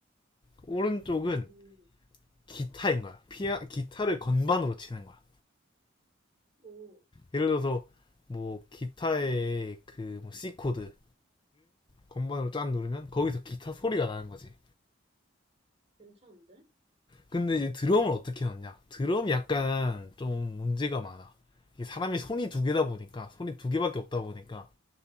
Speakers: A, on the left (about 25°); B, on the right (about 30°).
A: 오른쪽은
B: 음,
A: 기타인 거야. 피아 기타를 건반으로 치는 거야.
B: 오,
A: 예를 들어서 뭐 기타의 그뭐 C 코드를 건반으로 짠 누르면 거기서 기타 소리가 나는 거지.
B: 괜찮은데?
A: 근데 이제 드럼을 어떻게 넣냐? 드럼이 약간 좀 문제가 많아. 이게 사람이 손이 두 개다 보니까 손이 두 개밖에 없다 보니까